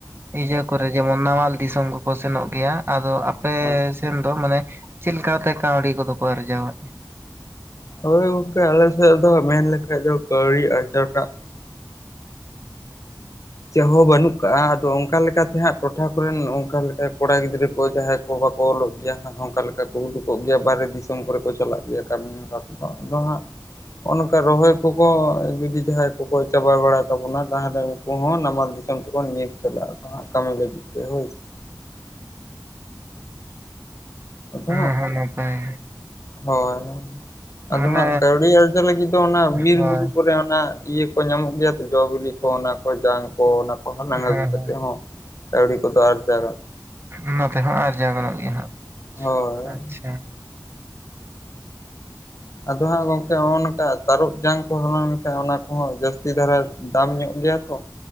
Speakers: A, on the right; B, on the left.
A: ᱤᱭᱟᱹ ᱠᱚᱨᱮ ᱡᱮᱢᱚᱱ ᱱᱟᱢᱟᱞ ᱫᱤᱥᱚᱢ ᱠᱚᱠᱚ ᱥᱮᱱᱚᱜ ᱜᱮᱭᱟ᱾ ᱟᱫᱚ
B: ᱦᱳᱭ᱾
A: ᱥᱮᱱ ᱫᱚ ᱢᱟᱱᱮ ᱪᱮᱫ ᱞᱮᱠᱟᱛᱮ ᱠᱟᱹᱣᱰᱤ ᱠᱚᱫᱚ ᱠᱚ ᱟᱨᱡᱟᱣᱟ?
B: ᱦᱳᱭ ᱜᱚᱝᱠᱮ ᱟᱞᱮᱥᱮᱫ ᱫᱚ ᱦᱟᱸᱜ ᱢᱮᱱ ᱞᱮᱠᱷᱟᱡ ᱫᱚ ᱠᱟᱹᱣᱰᱤ ᱟᱨᱡᱟᱣ ᱴᱟᱜ ᱪᱮᱫ ᱦᱚᱸ ᱵᱟᱹᱱᱩᱜ ᱠᱟᱜ-ᱟ᱾ ᱟᱫᱚ ᱚᱝᱠᱟ ᱞᱮᱠᱟᱛᱮ ᱦᱟᱸᱜ ᱴᱚᱴᱷᱟ ᱠᱚᱨᱮᱱ ᱚᱝᱠᱟ ᱞᱮᱠᱟ ᱠᱚᱲᱟ ᱜᱤᱫᱽᱨᱟᱹ ᱠᱚ ᱡᱟᱦᱟᱸᱭ ᱟᱠᱚ ᱵᱟᱠᱚ ᱚᱞᱚᱜ ᱜᱮᱭᱟ ᱦᱟᱸᱜ ᱚᱝᱠᱟ ᱞᱮᱠᱟ ᱠᱚ ᱩᱰᱩᱠᱚᱜ ᱜᱮᱭᱟ ᱵᱟᱦᱨᱮ ᱫᱤᱥᱚᱢ ᱠᱚᱨᱮ ᱠᱚ ᱪᱟᱞᱟᱜ ᱜᱮᱭᱟ ᱠᱟᱹᱢᱤ ᱦᱚᱨᱟ ᱠᱚᱫᱚ᱾ ᱟᱫᱚ ᱦᱟᱸᱜ ᱱᱚᱜ-ᱚ ᱱᱚᱝᱠᱟ ᱨᱚᱦᱚᱭ ᱠᱚᱠᱚ ᱡᱩᱫᱤ ᱡᱟᱦᱟᱸᱭ ᱠᱚᱠᱚ ᱪᱟᱵᱟᱟᱭ ᱵᱟᱲᱟᱭ ᱛᱟᱵᱚᱱᱟ ᱛᱟᱦᱞᱮ ᱩᱱᱠᱩᱦᱚᱸ ᱱᱟᱢᱟᱞ ᱫᱤᱥᱚᱢ ᱛᱮᱠᱚ ᱧᱤᱨ ᱪᱟᱞᱟᱜ-ᱟ ᱟᱠᱚ ᱦᱟᱸᱜ ᱠᱟᱹᱢᱤ ᱞᱟᱹᱜᱤᱫ ᱛᱮ ᱦᱳᱭ ᱥᱮ᱾ ᱟᱫᱚ
A: ᱚᱱᱟᱦᱚᱸ ᱱᱟᱯᱟᱭ᱾
B: ᱦᱳᱭ, ᱟᱫᱚ
A: ᱢᱟᱱᱮ
B: ᱦᱟᱸᱜ ᱠᱟᱹᱣᱰᱤ ᱟᱨᱡᱟᱣ ᱞᱟᱹᱜᱤᱫ ᱫᱚ ᱚᱱᱟ ᱵᱤᱨ
A: ᱦᱳᱭ
B: ᱵᱩᱨᱩ ᱠᱚᱨᱮ ᱚᱱᱟ ᱤᱭᱟᱹ ᱠᱚ ᱧᱟᱢᱚᱜ ᱜᱮᱭᱟ ᱛᱚ ᱡᱚ ᱵᱤᱞᱤ ᱠᱚ, ᱚᱱᱟ ᱠᱚ, ᱡᱟᱝ ᱠᱚ, ᱚᱱᱟ ᱠᱚ ᱦᱟᱞᱟᱝ
A: ᱦᱮᱸ
B: ᱟᱹᱜᱩ ᱠᱟᱛᱮ
A: ᱦᱮᱸ
B: ᱦᱚᱸ ᱠᱟᱹᱣᱰᱤ ᱠᱚᱫᱚ ᱟᱨᱡᱟᱣ ᱜᱟᱱᱚᱜ-ᱟ᱾
A: ᱚᱱᱟᱛᱮᱦᱚᱸ ᱟᱨᱡᱟᱣ ᱜᱟᱱᱚᱜ ᱜᱮᱭᱟ ᱦᱟᱸᱜ᱾
B: ᱦᱳᱭ᱾
A: ᱟᱪᱪᱷᱟ
B: ᱟᱫᱚ ᱦᱟᱸᱜ ᱜᱚᱝᱠᱮ ᱦᱚᱸᱜ-ᱚ ᱱᱚᱝᱠᱟ ᱛᱟᱨᱚᱯ ᱡᱟᱝ ᱠᱚ ᱦᱚᱞᱟᱝ ᱞᱮᱠᱷᱟᱡ ᱚᱱᱟ ᱠᱚᱦᱚᱸ ᱡᱟᱹᱥᱛᱤ ᱫᱷᱟᱨᱟ ᱫᱟᱢ ᱧᱚᱜ ᱜᱮᱭᱟ ᱛᱚ᱾